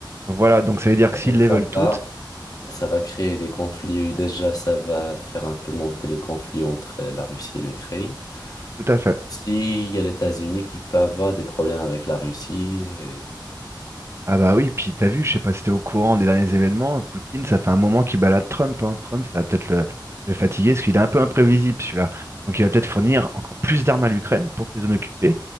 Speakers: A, on the right; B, on the left.
A: Voilà, donc ça veut dire que s'ils
B: Donc
A: les
B: ça
A: veulent
B: va.
A: toutes,
B: Ça va créer des conflits. Déjà, ça va faire un peu monter le conflit entre la Russie et l'Ukraine.
A: tout à fait.
B: S'il y a les États-Unis qui peut avoir des problèmes avec la Russie, et-
A: Ah bah oui, puis t'as vu, je sais pas si t'es au courant des derniers événements, Poutine, ça fait un moment qu'il balade Trump, hein. Trump, ça va peut-être le, le fatiguer, parce qu'il est un peu imprévisible celui-là. Donc il va peut-être fournir encore plus d'armes à l'Ukraine pour que les zones occupées